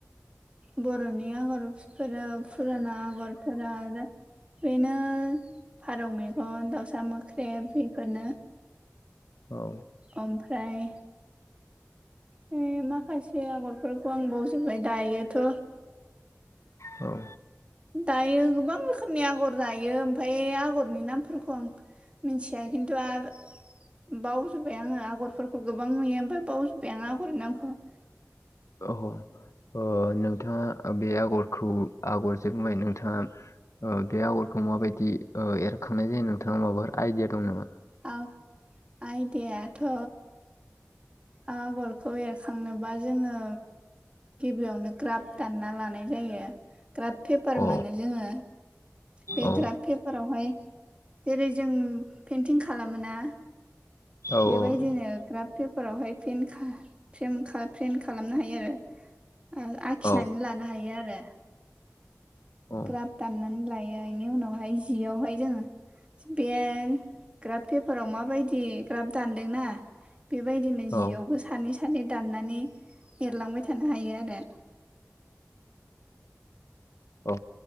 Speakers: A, on the right; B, on the left.
A: बर'नि आगरफोरा फुराना आगरफोरा बेनो फारौ मेगन दाउसा मोख्रेब बेफोरनो
B: औ
A: ओमफ्राय है माखासे आगरफोरखौ आं बावजोबबाय दायोथ'
B: औ
A: दायो गोबां रोखोमनि आगर दायो ओमफ्राय आगरनि नामफोरखौ आं मिथिया खिन्थु आरो बाजोब्बाय आङो आगरफोरखौ गोबां नुयो ओमाय बावजोब्बाय आङो आगरनि नामखौ
B: अह ओ नोंथाङा बे आगरखौ आगरजों बुंबाय नोंथाङा बे आगरखौ माबायदि एरखांनाय जायो नोंथाङा माबाफोर आइडिया दं नामा
A: औ आइदियाथ' आगरखौ एरखांनोबा जोङो गिबियावनो ग्राफ दानना लानाय जायो‌ ग्राफ पेपार
B: अ
A: मोनो जोङो बे
B: औ
A: ग्राफ पे फोरावहाय जेरै जों पेइन्टिं खालामोना
B: औ
A: बेेबायदिनो
B: औ
A: ग्राफ पेपारावहाय पेन खा फ्रेमखा फ्रेम खालामनो हायो आरो आखिनानै
B: औ
A: लानो हायो आरो।
B: औ
A: ग्राफ दाननानै लायो बेनि उनावहाय जियावहाय जोङो बे ग्राफ पेपाराव माबायदि ग्राफ दानदोंना बेबायदिनो
B: औ
A: जियावबो सानै सानै दाननानै एरलांबाय थानो हायो आरो।
B: औ